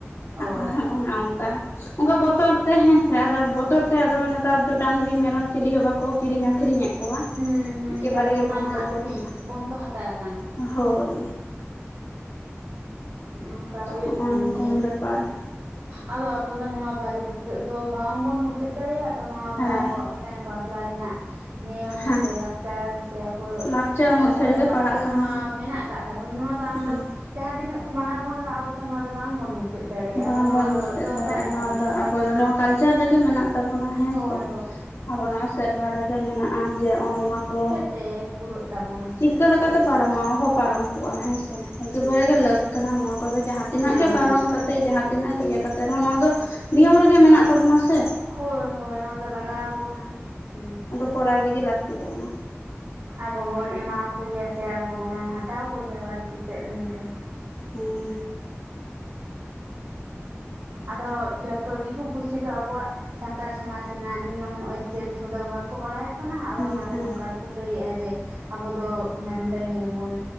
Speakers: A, on the right (about 85°); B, on the left (about 70°).
A: ᱚ
B: ᱟᱨ ᱚᱱᱮ ᱚᱱᱠᱟ ᱚᱱᱠᱟ ᱵᱚᱛᱚᱨ ᱛᱮ ᱦᱮᱸᱥᱮ ᱟᱨᱚ <inaudible> ᱵᱚᱛᱚᱨ ᱛᱮ ᱟᱫᱚ ᱱᱮᱛᱟᱨ ᱫᱚ ᱰᱟᱝᱨᱤ ᱢᱮᱨᱚᱢ ᱪᱤᱞᱤ ᱦᱚᱸ ᱵᱟᱠᱚ ᱠᱤᱨᱤᱧ ᱟᱠᱷᱨᱤᱧ ᱮᱫ ᱠᱚᱣᱟ
A: ᱦᱸ ᱦᱸ
B: ᱮᱠᱮᱵᱟᱨᱮ
A: ᱱᱮᱛᱟᱨ ᱫᱚ
B: ᱜᱮ
A: ᱚᱱᱟ
B: ᱵᱚᱱᱫᱚ
A: ᱱᱟᱦᱟᱜ ᱠᱟᱹᱴᱤᱡ
B: ᱟᱠᱟᱱᱟ
A: ᱵᱚᱱᱫᱚ ᱦᱟᱛᱟᱲ ᱟᱠᱟᱱᱟ
B: ᱦᱳᱭ
A: ᱚᱱᱠᱟ ᱦᱩᱭᱩᱜ
B: ᱱᱚᱜᱼᱚ
A: ᱠᱟᱱ
B: ᱱᱚᱝᱠᱟᱱ
A: ᱜᱮᱭᱟ
B: ᱵᱮᱯᱟᱨ
A: ᱟᱫᱚ ᱟᱵᱚ ᱫᱚ ᱱᱚᱣᱟ ᱵᱟᱨᱮ ᱤᱛᱟᱹᱫ ᱫᱚ ᱵᱟᱝᱵᱚᱱ ᱢᱩᱪᱟᱹᱫ ᱫᱟᱲᱮᱭᱟᱜ ᱛᱚ ᱱᱚᱣᱟ
B: ᱦᱮᱸ
A: ᱫᱚ ᱟᱵᱚᱣᱟᱜ ᱢᱤᱫᱴᱟᱝ ᱵᱟᱯᱞᱟ ᱨᱮᱱᱟᱜ ᱱᱤᱭᱚᱢ
B: ᱦᱮᱸ
A: ᱥᱮ ᱞᱟᱠᱪᱟᱨ ᱥᱮ ᱟᱵᱚ
B: ᱞᱟᱠᱪᱟᱨ
A: <inaudible> ᱥᱟᱱᱛᱟᱲ
B: ᱢᱚᱫᱽᱫᱷᱮ ᱨᱮᱜᱮ
A: ᱥᱚᱢᱟᱡᱽ
B: ᱯᱟᱲᱟᱜ
A: ᱨᱮᱫᱚ
B: ᱠᱟᱱᱟ
A: ᱱᱚᱣᱟ ᱢᱮᱱᱟᱜ ᱟᱠᱟᱜ ᱛᱟᱵᱚᱱᱟ ᱱᱚᱣᱟ ᱫᱚ ᱟᱢ
B: ᱦᱮᱸ
A: ᱫᱚ ᱡᱟᱦᱟᱸ ᱛᱤᱱᱟᱹᱜ ᱠᱚ ᱢᱟᱱᱟ ᱵᱚᱱ ᱨᱮᱦᱚᱸ ᱟᱵᱚ ᱫᱚ ᱱᱚᱣᱟ ᱫᱚ ᱵᱟᱝᱵᱚᱱ ᱢᱩᱪᱟᱹᱫ ᱫᱟᱲᱮᱭᱟᱜᱼᱟ
B: ᱵᱟᱵᱚᱱ
A: ᱟᱵᱚ ᱱᱚᱣᱟ ᱫᱚ
B: ᱢᱩᱪᱟᱹᱫ
A: ᱫᱚᱨᱠᱟᱨ
B: ᱫᱟᱲᱮᱭᱟᱜᱼᱟ
A: ᱛᱟᱵᱚᱱ
B: ᱱᱚᱣᱟ ᱫᱚ ᱟᱵᱚ ᱫᱚ ᱱᱚᱣᱟ ᱠᱟᱞᱪᱟᱨ ᱨᱮ ᱜᱮ ᱢᱮᱱᱟᱜ ᱛᱟᱵᱚᱱᱟ ᱦᱮᱸ
A: ᱦᱳᱭ
B: ᱥᱮ
A: ᱦᱳᱭ
B: ᱟᱵᱚ ᱱᱚᱣᱟ <inaudible> ᱥᱮᱨᱣᱟ ᱨᱮᱜᱮ ᱢᱮᱱᱟᱜᱼᱟ ᱡᱮ ᱚ ᱱᱚᱣᱟ ᱠᱚ
A: ᱛᱮ ᱯᱩᱨᱟᱹᱜ ᱛᱟᱵᱚᱱ <inaudible>
B: ᱪᱤᱠᱟᱹ ᱞᱮᱠᱟ ᱛᱮ ᱯᱟᱨᱚᱢᱚᱜ ᱟ ᱚᱦᱚ ᱯᱟᱨᱚᱢ ᱠᱚᱜᱼᱟ ᱦᱮᱸᱥᱮ ᱦᱮᱸ ᱵᱟᱨᱮ <unintelligible> ᱜᱮ ᱞᱟᱹᱠ ᱠᱟᱱᱟ ᱱᱚᱣᱟ ᱠᱚᱫᱚ ᱡᱟᱦᱟᱸ ᱛᱤᱱᱟᱹᱜ
A: ᱦᱮᱸ
B: ᱜᱮ
A: ᱦᱮᱸ
B: ᱵᱟᱨᱚᱱ ᱠᱟᱛᱮ <inaudible> ᱡᱟᱦᱟᱸ ᱛᱤᱱᱟᱹᱜ ᱤᱭᱟᱹ ᱠᱟᱛᱮ ᱨᱮᱦᱚᱸ ᱱᱚᱣᱟ ᱫᱚ ᱱᱤᱭᱚᱢ ᱨᱮᱜᱮ ᱢᱮᱱᱟᱜ ᱛᱟᱵᱚᱱᱟ ᱥᱮ
A: ᱦᱳᱭ ᱦᱳᱭ ᱱᱚᱣᱟ ᱫᱚ ᱞᱟᱜᱟᱣ ᱟᱵᱚᱱᱟ ᱦᱮᱸ
B: ᱟᱫᱚ ᱠᱚᱨᱟᱣ ᱤᱫᱤ ᱜᱮ ᱞᱟᱹᱠᱛᱤ ᱠᱟᱱᱟ
A: ᱟᱵᱚᱵᱚᱱ ᱮᱢᱟᱣ ᱠᱚ ᱜᱮᱭᱟ ᱥᱮ ᱟᱵᱚ ᱵᱚᱱ ᱦᱟᱛᱟᱣ ᱠᱚᱜᱮᱭᱟ ᱵᱟᱹᱲᱛᱤ ᱛᱮᱫ ᱱᱤᱝᱠᱟᱹ
B: ᱦᱩᱸ <inaudible>
A: ᱟᱫᱚ ᱡᱚᱛᱚ ᱫᱤᱠᱩ ᱯᱩᱥᱤ ᱫᱚ ᱟᱵᱚᱣᱟᱜ ᱥᱟᱱᱛᱟᱲ ᱥᱚᱢᱟᱡᱽ ᱨᱮᱱᱟᱜ ᱱᱤᱭᱚᱢ ᱟᱹᱨᱤᱪᱟᱹᱞᱤ ᱠᱚᱫᱚ ᱵᱟᱝᱠᱚ ᱵᱟᱲᱟᱭᱟ ᱛᱚ ᱱᱟᱦᱟᱜ ᱟᱫᱚ
B: ᱦᱮᱸ
A: ᱚᱱᱟ ᱫᱚ
B: ᱦᱮᱸ
A: ᱱᱚᱝᱠᱟ ᱫᱚ ᱠᱚ ᱞᱟᱹᱭᱮᱫᱼᱟ ᱡᱮ ᱟᱵᱚ ᱫᱚ ᱢᱮᱨᱚᱢ ᱰᱟᱹᱜᱨᱤ ᱵᱚᱱ